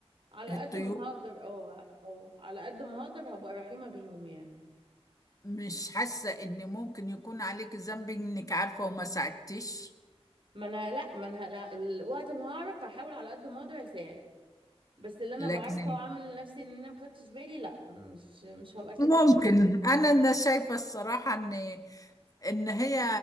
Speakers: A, on the right (about 55°); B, on the left (about 35°).
A: على
B: الطيور
A: قد ما هقدر اه اه على قد ما هقدر هبقى رحيمة بيهم يعني
B: مش حاسة ان ممكن يكون عليك ذنب انك عارفة وما ساعدتش
A: ما انا لا ما انا لا الوقت ما هعرف هحاول على قد ما اقدر اساعد بس اللي انا
B: لكن
A: بعرفه
B: بس.
A: واعمل لنفسي ان انا ما خدتش بالي لا مش مش هبقى كده
B: ممكن
A: بقى.
B: انا انا شايفه الصراحه ان ان هي